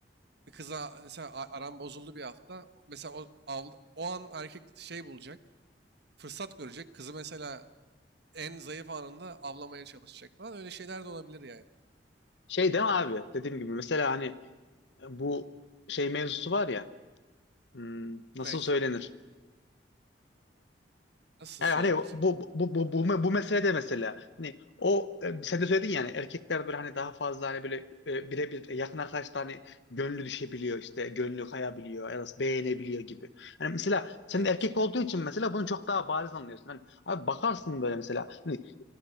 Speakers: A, on the right (about 65°); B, on the left (about 70°).
A: bir kıza mesela a- aran bozuldu bir hafta. Mesela o, avl- o an erkek şey bulacak fırsat görecek. Kızı mesela en zayıf anında avlamaya çalışacak falan. Öyle şeyler de olabilir yani.
B: Şey değil mi abi? Dediğim gibi mesela hani bu şey mevzusu var ya. hmm,
A: Ne?
B: nasıl söylenir?
A: Nasıl
B: Yani
A: söylenir?
B: hani bu bu bu bu bu meselede mesela hani o e, sen de söyledin yani erkekler böyle hani daha fazla hani böyle e, birebir e, yakın arkadaşlar hani gönlü düşebiliyor işte gönlü kayabiliyor ya da beğenebiliyor gibi. Hani mesela sen
A: Evet.
B: de erkek olduğu için mesela bunu çok daha bariz anlıyorsun. Hani abi bakarsın böyle mesela Hani